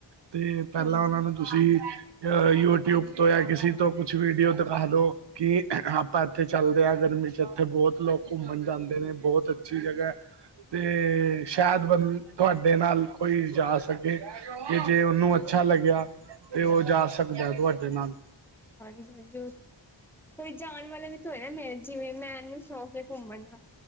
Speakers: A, on the right (about 65°); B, in the centre.
A: ਤੇ ਪਹਿਲਾਂ
B: ਹਾਂਜੀ
A: ਉਹਨਾਂ ਨੂੰ ਤੁਸੀਂ ਯੂਟੀਊਬ ਤੋਂ ਜਾਂ ਕਿਸੀ ਤੋਂ ਕੁਛ ਵੀਡੀਓ ਦਿਖਾ ਲਉ ਕਿ ਆਪਾਂ ਇੱਥੇ ਚੱਲਦੇ ਹਾਂ ਗਰਮੀ ਚ ਇੱਥੇ ਬਹੁਤ ਲੋਕ ਘੁੰਮਣ ਜਾਂਦੇ ਨੇ ਬਹੁਤ ਅੱਛੀ ਜਗ੍ਹਾ ਤੇ ਸ਼ਾਇਦ ਬ ਤੁਹਾਡੇ ਨਾਲ ਕੋਈ ਜਾ ਸਕੇ ਕਿ ਜੇ ਉਹਨੂੰ ਅੱਛਾ ਲੱਗਿਆ। ਤੇ ਉਹ ਜਾ ਸਕਦਾ ਤੁਹਾਡੇ ਨਾਲ
B: ਹਾਂਜੀ-ਹਾਂਜੀ ਕੋਈ ਜਾਣ ਵਾਲਾ ਵੀ ਤੇ ਹੋਏ ਮੈਂ ਜਿਵੇਂ ਮੈਂਨੂੰ ਸ਼ੌਕ ਏ। ਘੁੰਮਨਾ